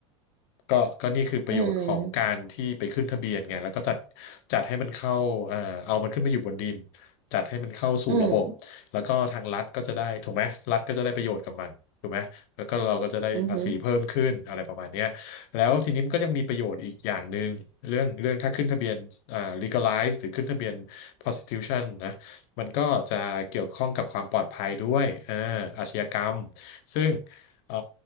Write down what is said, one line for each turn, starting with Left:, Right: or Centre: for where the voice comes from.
Left: ก็ก็นี่คือประโยชน์ของการที่ไปขึ้นทะเบียนไงแล้วก็จัด
Right: อืม
Left: จัดให้มันเข้าเอ่อเอามันขึ้นมาอยู่บนดินจัดให้มันเข้าสู่ระบบแล้วก็ทางรัฐก็จะได้ถูกไหมรัฐก็จะได้ประโยชน์กับมันถูกไหมแล้วก็เราก็จะได้ภาษีเพิ่มขึ้นอะไรประมาณเนี้ย
Right: อืมอือหือ
Left: แล้วทีนี้มันก็ยังมีประโยชน์อีกอย่างหนึ่งเรื่องเรื่องถ้าขึ้นทะเบียนอ่า legalize หรือขึ้นทะเบียน prostitution นะมันก็จะเกี่ยวข้องกับความปลอดภัยด้วยอ่าอาชญากรรมซึ่ง เอ่อ